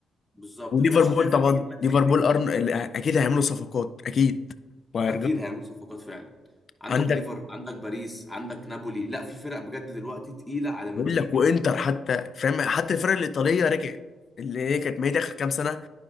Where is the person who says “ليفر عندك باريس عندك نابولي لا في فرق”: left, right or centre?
Centre